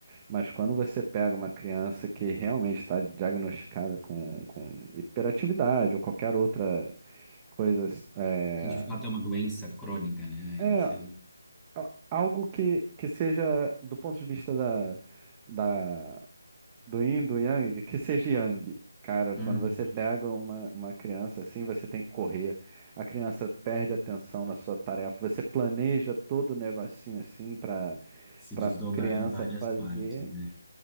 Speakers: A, on the right; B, in the centre.
A: mas quando você pega uma criança que realmente está diagnosticada com, com hiperatividade ou qualquer outra coisa, é,
B: Que de fato é uma doença crônica, né? Aí
A: é
B: você
A: a- algo que, que seja do ponto de vista da, da Do yin, do yang, que seja yang. Cara,
B: Uhum.
A: quando você pega uma, uma criança assim, você tem que correr. A criança perde atenção na sua tarefa. Você planeja todo o negocinho assim para
B: se
A: para
B: desdobrar
A: criança
B: em várias
A: fazer.
B: partes, né?